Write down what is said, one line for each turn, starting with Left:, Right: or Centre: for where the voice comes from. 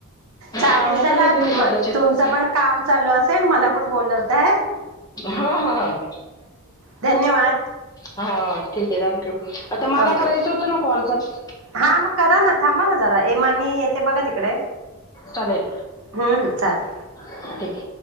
Right: चालेल
Left: पाहुणे
Right: चला
Left: पण येते नाही
Right: म
Left: कदाचित
Right: तुमचं पण काम चालू असेल मला पण बोलवताय.
Left: हा ह
Right: धन्यवाद
Left: हा ठीिकक आहे रा थँक्यू आता पण मला
Right: ओके
Left: करायचा होता ना कॉल पण
Right: हा मग करा ना थांबा ना जरा ए मग मी येते बघ तिकडे.
Left: चालेल
Right: हम्म हम् चालेल.
Left: ठीक आहे